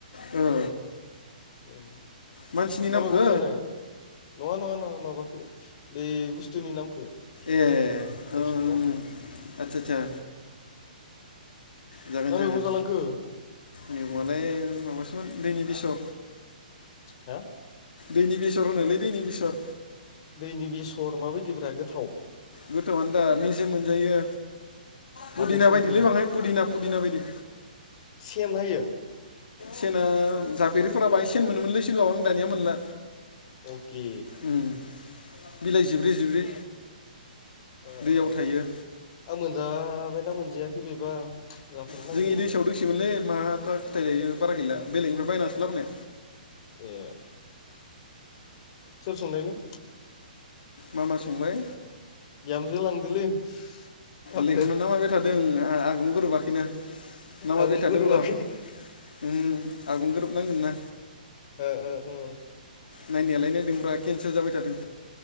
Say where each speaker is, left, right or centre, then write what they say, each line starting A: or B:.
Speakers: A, on the left; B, on the left.
A: ओ
B: उम
A: मानसिनि
B: मा
A: नामखौ
B: मैगं जानाय नङा नङा नङा माबाखो बे बुस्थुनि नामखो
A: ए ओं
B: एफ्सनि नामखौ
A: आदसा आदसा जागोन
B: मा
A: जागोन
B: मैगं जालांखो
A: मेगंआलाय माबासोमोन दैनि बेसर
B: हा
A: दैनि बेसर होनोलै दैनि बेसर
B: दैनि बेसर माबायदिब्रा गोथाव
A: गोथाव आनो दा मेजेम मोनजायो। पुदिना
B: मादों संखो
A: बायदिलै बाङाय पुदिना पुदिना बायदि
B: सेन हायो
A: सेना जाफेरिफोरा बाहाय सेन मोनोमोनलै सिगाङाव आं दानिया मोनला
B: अके
A: उम बिलाइ जिब्रै जिब्रै
B: ओ
A: दैयाव
B: ओ ओ
A: थायो।
B: आं मोनजाबायना मोनजायाखै बेबा जाफेरनांगोनलै
A: जोंनि दैसायाव दोंसोमोनलै माथा फिथाय लायो बारा गैला बेलेगनिफ्राय बायनासो लाबोनाय
B: ए सोर संनायलै
A: मा मा संनाय
B: बिहामजो लांदोलै थाबनो
A: लेखौनो नामायबाय थादों आगावनो गोरोबाखैना नामायबाय
B: आबुं
A: थादों
B: गोरोबाखै
A: र' उम आगुं गोरोबनांगोन ना
B: ओ ओ
A: नायनायालाय नायदोंब्रा केन्सेल जाबाय थादों